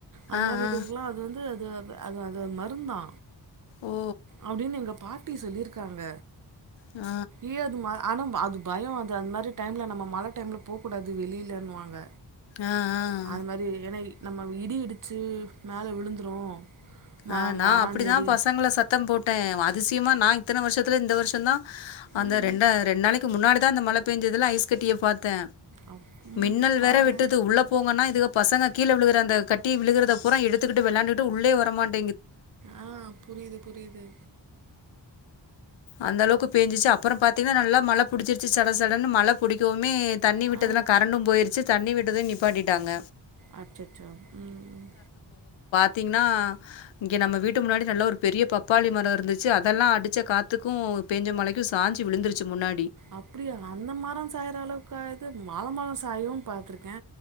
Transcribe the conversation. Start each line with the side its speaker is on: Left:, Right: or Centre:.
Right: அந்த
Left: ஆ,
Right: மாரி
Left: ஆ.
Right: இதுக்குலா அது வந்து இது வ அது அது மருந்தா
Left: ஓ!
Right: அப்டின்னு எங்க பாட் டி சொல்லிருக்காங்க
Left: ஆ.
Right: ஏ அது ம ஆனா அது பயோ அது அந்த மாரி டைம்ல நம்ம மழ டைம்ல் போகூடாது வெளிலன்னுவாங்க
Left: அ ஆ
Right: அது மாரி ஏன்னா நம்ம இடி இடிச்சு மேல விழுந்துரு ம
Left: ஆ நா
Right: மரஞ்செடி
Left: அப்டிதா பசங்கள சத்தம் போட்ட அது அதிசியமா நா இத்தன வருசத் த்துல இந்த வருசந்தா அந்த
Right: ம்
Left: ரெண்டா ரெண்ட்நாளைக் கு முன்னாடி தா அந்த மழ பேஞ்சதுல்ல ஐஸ் கட்டிய பாத்த
Right: அப் ம்
Left: மின்னல்
Right: பாரே
Left: வேற வெட்டுது உள்ள போங்கனா இதுக பசங்க கீழ விழுகுற அந்த கட்டி விழுகுறத பூரா எடுத்துக்குட்டு வெளாண்டுட்டு உள்ளே வர மாட்
Right: ஆ புரிது புரிது
Left: அந்த அளவுக்கு பேஞ்சுச்சு அப்பறோ பாத்தீங்னா நல்லா மழ புடிச்சிருச்சு சட சடன்னு மழ புடிக்கவு மே தண்ணி விட்டதுல
Right: ஆ
Left: கரண்டும் போய்ரு சி தண்ணி விட்டதும் நிப்பாட்டிட்டாங்க
Right: அச்சச்சோ ம்
Left: பாத்திங்னா இங்க நம்ம வீட்டு முன்னாடி நல்ல ஒரு பெரிய பப்பாளி மர இருந்துச்சு அதெல்லா அடிச்ச காத் துக்கு பேஞ்ச மழைக்கு சாஞ்சு விழுந்துருச்சு முன்னா
Right: அப்டியா அந்த மர சாயற அளவுக்கா ஆயிருக் கு வாழ மர சாயு பாத்துருக்கே